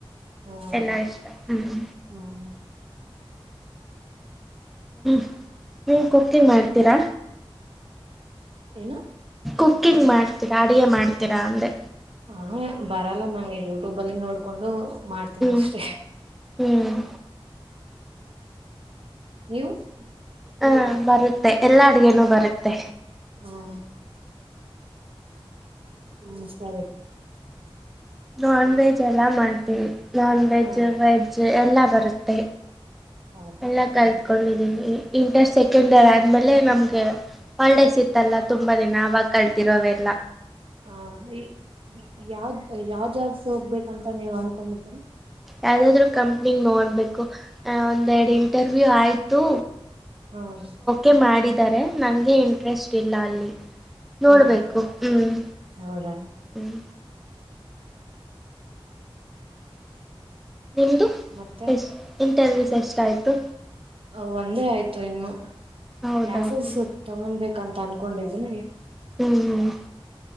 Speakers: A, on the right; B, in the centre.
A: ಹ್ಮ್
B: ಎಲ್ಲಾ ಇಷ್ಟ ಹ್ಮ್
A: ಹ್ಮ್
B: ಹ್ಮ್ ನೀ ಕುಕ್ಕಿಂಗ್ ಮಾಡ್ತೀರಾ
A: ನಾ
B: ಕುಕ್ಕಿಂಗ್ ಮಾಡ್ತೀರಾ ಅಡಗೆ ಮಾಡ್ತೀರಾ ಅಂದ್ರೆ
A: ಹ ಬರಲ್ಲ ನಂ ಯೂಟ್ಯೂಬ ಅಲ್ಲಿ ನೋಡ್ಕೊಂಡು ಮಾಡ್ತೀನ
B: ಹ್ಮ್
A: ಅಷ್ಟೇ
B: ಹ್ಮ್
A: ನ್ಯೂಸ್
B: ಹಾ ಬರುತ್ತೆ ಎಲ್ಲಾ ಅಡ್ಗೇನೂ ಬರುತ್ತೆ
A: ಹ್ಮ ಹ್ಮ್ ಸರಿ
B: ನಾನ್ ವೆಜ್ ಎಲ್ಲ ಮಾಡ್ತೀನವಿ ನಾನ್ ವೆಜ್
A: ಹ
B: ವೆಜ್ಜ್ ಎಲ್ಲ ಬರುತ್ತೆ
A: ಹೌದಾ
B: ಎಲ್ಲ ಕಲಿತ್ಕೊಂಡಿದೀನಿ
A: ಹ್ಮ್
B: ಇಂಟರ್ ಸೆಕೆಂಡ್ ಇರ್ ಆದ್ಮೇಲೆ ನಮ್ಗೆ ಒಳ್ಳೆ ಸಿತ್ತಲ್ಲ ತುಂಬಾ ದಿನ ಆಾಗ ಕಳತಿರೋೆಲ್ಲ
A: ಹ ಯಾವ್ ಯಾವ ಜಬ್ಗೆ ಹೋಗ್ಬೇಕಂತ ನೀವ್ ಅನ್ಕೊಂಡಿದೀರಿ
B: ಯಾವ್ದಾದ್ರು ಕಂಪ್ನಿಿಗೆ ನೋಡ್ಬೇಕು ಒಂದೆರಡು ಇಂಟರ್ವ್ಯೂ ಆಯ್ತು
A: ಹ್ಮ
B: ೆ ಮಾಡಿದರೆ ನಂಗೆ ಇಂಟ್ರೆಸ್ಟ್ ಇಲ್ಲ ಅಲ್ಲಿ ನೋಡ್ಬೇಕು
A: ಹ್ಮ್
B: ಹ್ಮ್
A: ಹೌದಾ
B: ಹ್ಮ್ ನಿಮ್ಮದು
A: ಮತ್ತೆ
B: ಎಸ್ ಇಂಟರ್ವ್ಯೂಸ್ ಎಷ್ಟಯಿತು
A: ಅ ಒಂದೇ ಆಯ್ತು ಇನ್ನು
B: ಹೌದಾ
A: ಕ್ಲಾಸಸ್
B: ಹ್ಞೂ
A: ತಗೊೊಂಡಬೇಕಂತ ಅನ್ಕೊಂಡಿದೀನಿ
B: ಹ್ಮ್